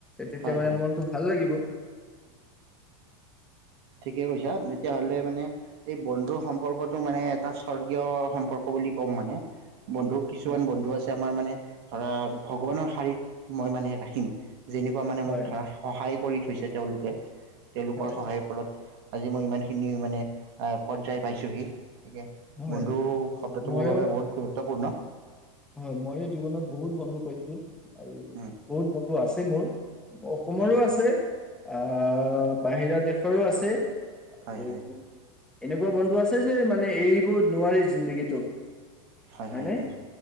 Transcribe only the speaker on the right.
হয়
হয়
ঠিক কৈছা তেতিয়াাহ'লে মানে এই বন্ধুৰ সম্পৰ্কটো মানে এটা স্বৰ্গীয় সম্পৰ্ক বুলি ক'ম মানে। বন্ধু কিছুমান
বন্ধু আছে আমাৰ মানে। ধৰা ভগৱানৰ। শাৰীত মই মানে ৰাখিম। মানে
মোক ধ সহায় কৰি। থৈছে তেওঁলোকে তেওঁলোকৰ
সহায়ৰ ফলত আজি মই ইমান খিনি মানে পৰ্যায় পাইছোহি গতিিকে
বন্ধু শব্দটো
মোৰ বাবে বহুত গুৰুত্বপূৰ্ণ
উম,
হয়
হয় হয়
হয়
হয় হয়